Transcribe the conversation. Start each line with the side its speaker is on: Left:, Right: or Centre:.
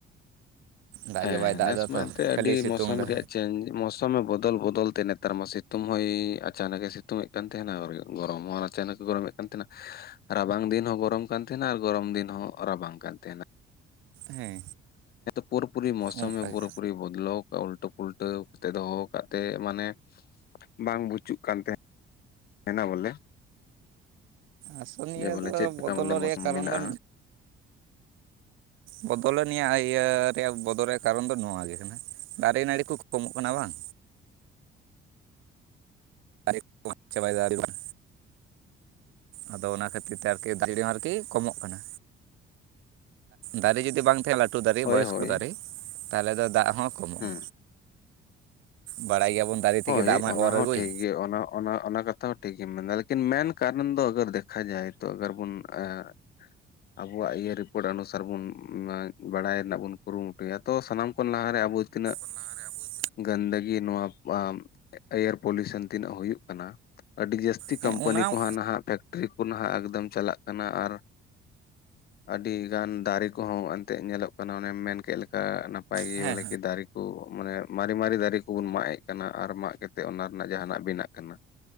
Right: ᱫᱟᱜ
Left: ᱦᱮᱸ
Right: ᱜᱮ ᱵᱟᱭ ᱫᱟᱜ
Left: ᱱᱮᱥ
Right: ᱮᱫᱟ
Left: ᱢᱟ
Right: ᱛᱚ
Left: ᱮᱱᱛᱮ
Right: ᱠᱷᱟᱹᱞᱤ
Left: ᱟᱹᱰᱤ
Right: ᱥᱤᱛᱩᱝ
Left: ᱢᱚᱥᱚᱢ
Right: ᱫᱟ
Left: ᱨᱮᱭᱟᱜ ᱪᱮᱧᱡ ᱢᱚᱥᱚᱢᱮ ᱵᱚᱫᱚᱞ ᱵᱚᱫᱚᱞ ᱛᱮ ᱱᱮᱛᱟᱨ ᱢᱟ ᱥᱤᱛᱩᱝ ᱦᱚᱸᱭ ᱟᱪᱟᱱᱟᱠᱮ ᱥᱤᱛᱩᱝ ᱮᱫ ᱛᱟᱦᱮᱱᱟ ᱟᱨ ᱜᱚᱨᱚᱢ ᱦᱚᱸ ᱟᱪᱱᱟ ᱮ ᱜᱚᱨᱚᱢᱮᱫ ᱠᱟᱱ ᱛᱟᱦᱮᱱᱟ ᱨᱟᱵᱟᱝ ᱫᱤᱱ ᱦᱚᱸ ᱜᱚᱨᱚᱢ ᱠᱟᱱ ᱛᱟᱦᱮᱱᱟ ᱟᱨ ᱜᱚᱨᱚᱢ ᱫᱤᱱ ᱦᱚᱸ ᱨᱟᱵᱟᱝ ᱠᱟᱱ ᱛᱟᱦᱮᱱᱟ
Right: ᱦᱮᱸ
Left: ᱯᱩᱨᱟᱹ ᱯᱩᱨᱤ ᱢᱳᱥᱚᱢᱮ
Right: ᱚᱱᱠᱟᱜᱮ
Left: ᱯᱩᱨᱟᱹ ᱯᱩᱨᱤ ᱵᱚᱫᱞᱳ ᱩᱞᱴ ᱯᱚᱞᱴ ᱠᱟᱛᱮ ᱫᱚᱦᱚ ᱟᱠᱟᱫ ᱛᱮ ᱢᱟᱱᱮ ᱵᱟᱝ ᱵᱩᱪᱩᱜ ᱠᱟᱱ ᱛᱟᱦᱮᱸᱱᱟ ᱵᱚᱞᱮ
Right: ᱟᱥᱚᱱᱤᱭᱟᱹ
Left: ᱡᱮ ᱵᱚᱞᱮ
Right: ᱫᱚ
Left: ᱪᱮᱫ ᱞᱮᱠᱟ
Right: ᱵᱚᱫᱚᱞ
Left: ᱵᱚᱞᱮ
Right: ᱨᱮᱭᱟᱜ
Left: ᱢᱳᱥᱩᱢ
Right: ᱠᱟᱨᱚᱱ
Left: ᱢᱮᱱᱟᱜᱼᱟ
Right: ᱫᱚ ᱵᱚᱫᱚᱞ ᱱᱤᱭᱟᱹ ᱤᱭᱟᱹ ᱨᱮᱭᱟᱜ ᱵᱚᱫᱚᱞ ᱨᱮᱭᱟᱜ ᱠᱟᱨᱚᱱ ᱫᱚ ᱱᱚᱣᱟ ᱜᱮ ᱠᱟᱱᱟ ᱫᱟᱨᱮ ᱱᱟᱹᱲᱤ ᱠᱚ ᱠᱚᱢᱚᱜ ᱠᱟᱱᱟ ᱵᱟᱝ ᱫᱟᱨᱮ ᱠᱚ ᱢᱟᱜ ᱪᱟᱵᱟᱭᱮᱫᱟ ᱵᱚᱱ ᱟᱫᱚ ᱚᱱᱟ ᱠᱷᱟᱹᱛᱤᱨ ᱛᱮ ᱟᱨᱠᱤ ᱫᱟᱜ ᱡᱟᱹᱲᱤ ᱦᱚᱸ ᱟᱨᱠᱤ ᱠᱚᱢᱚᱜ ᱠᱟᱱᱟ ᱫᱟᱨᱮ ᱡᱩᱫᱤ ᱵᱟᱝ ᱛᱟᱦᱮᱱᱟ ᱞᱟᱹᱴᱩ ᱞᱟᱹᱴᱩ ᱫᱟᱨᱮ
Left: ᱦᱳᱭ
Right: ᱵᱚᱭᱚᱥᱠᱚ
Left: ᱦᱳᱭ
Right: ᱫᱟᱨᱮ ᱛᱟᱦᱚᱞᱮ ᱫᱚ ᱫᱟᱜ ᱦᱚᱸ ᱠᱚᱢᱚᱜ-ᱟ
Left: ᱦᱩᱸ
Right: ᱵᱟᱲᱟᱭ ᱜᱮᱭᱟ ᱵᱚᱱ ᱫᱟᱨᱮ ᱛᱮᱜᱮ
Left: ᱦᱳᱭ
Right: ᱫᱟᱜ ᱢᱟᱭ
Left: ᱚᱱᱟ
Right: ᱚᱨ
Left: ᱦᱚᱸ
Right: ᱟᱹᱜᱩᱭ
Left: ᱴᱷᱤᱠ ᱜᱮ ᱚᱱᱟ ᱚᱱᱟ ᱚᱱᱟ ᱠᱟᱛᱷᱟ ᱦᱚᱸ ᱴᱷᱤᱠ ᱜᱮᱢ ᱢᱮᱱᱫᱟ ᱞᱮᱠᱤᱱ ᱢᱮᱱ ᱠᱟᱨᱚᱱ ᱫᱚ ᱟᱜᱟᱨ ᱫᱮᱠᱷᱟ ᱡᱟᱭ ᱛᱚ ᱟᱜᱟᱨ ᱵᱚᱱ ᱮᱸ ᱟᱵᱚᱣᱟᱜ ᱤᱭᱟᱹ ᱨᱤᱯᱳᱨᱴ ᱚᱱᱩᱥᱟᱨ ᱵᱚᱱ ᱵᱟᱲᱟᱭ ᱨᱮᱱᱟᱜ ᱵᱚᱱ ᱠᱩᱨᱩᱢᱩᱴᱩᱭᱟ ᱛᱚ ᱥᱟᱱᱟᱢ ᱠᱷᱚᱱ ᱞᱟᱦᱟ ᱨᱮ ᱟᱵᱚ ᱛᱤᱱᱟᱹᱜ
Right: <unintelligible>
Left: ᱜᱟᱱᱫᱟᱹᱜᱤ ᱱᱚᱣᱟ ᱮᱭᱟᱨ ᱯᱚᱞᱤᱭᱩᱥᱚᱱ ᱛᱤᱱᱟᱹᱜ ᱦᱩᱭᱩᱜ ᱠᱟᱱᱟ ᱟᱹᱰᱤ ᱡᱟᱹᱥᱛᱤ
Right: ᱦᱮᱸ
Left: ᱠᱳᱢᱯᱟᱱᱤ
Right: ᱚᱱᱟ
Left: ᱠᱚ ᱱᱟᱦᱟᱜ ᱯᱷᱮᱠᱴᱨᱤ ᱠᱚ ᱱᱟᱦ ᱮᱠᱫᱚᱢ ᱪᱟᱞᱟᱜ ᱠᱟᱱᱟ ᱟᱨ ᱟᱹᱰᱤ ᱜᱟᱱ ᱫᱟᱨᱮ ᱠᱚᱦᱚᱸ ᱮᱱᱛᱮᱫ ᱧᱮᱞᱚᱜ ᱠᱟᱱᱟ ᱚᱱᱮᱢ ᱢᱮᱱ ᱠᱮᱜ ᱞᱮᱠᱟ ᱱᱟᱯᱟᱭ ᱜᱮ
Right: ᱦᱮᱸ
Left: ᱵᱚᱞᱮ ᱠᱤ ᱫᱟᱨᱮ ᱠᱚ ᱢᱟᱱᱮ ᱢᱟᱨᱮ ᱢᱟᱨᱮ ᱫᱟᱨᱮ ᱠᱚᱵᱚᱱ ᱢᱟᱜ ᱮᱫ ᱠᱟᱱᱟ ᱟᱨ ᱢᱟᱜ ᱠᱟᱛᱮᱫ ᱚᱱᱟ ᱨᱮᱱᱟᱜ ᱡᱟᱦᱟᱱᱟᱜ ᱵᱮᱱᱟᱜ ᱠᱟᱱᱟ